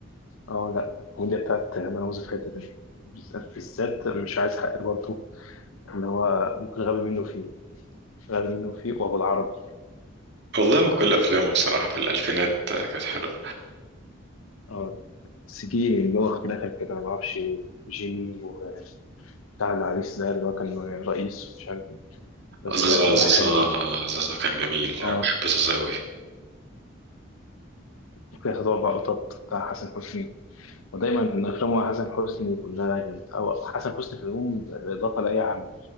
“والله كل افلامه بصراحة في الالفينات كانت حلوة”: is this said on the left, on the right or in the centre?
Right